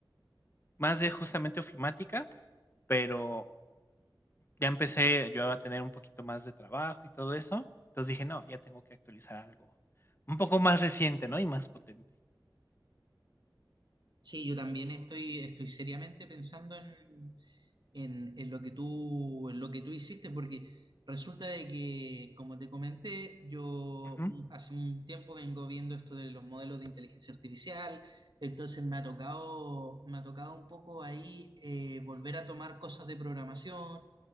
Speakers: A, on the left; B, on the right.
A: más de justamente ofimática, pero ya empecé yo a tener un poquito más de trabajo y todo eso, entonces dije: "No, ya tengo que actualizar algo un poco más reciente, ¿no? Y más potente".
B: Sí, yo también estoy, estoy seriamente pensando en, en- en lo que tú, en lo que tú hiciste, porque resulta de que, como te comenté, yo
A: Ujú,
B: mm, hace un tiempo vengo viendo esto de los modelos de inteligencia artificial, entonces me ha tocado, me ha tocado un poco ahí eh, volver a tomar cosas de programación,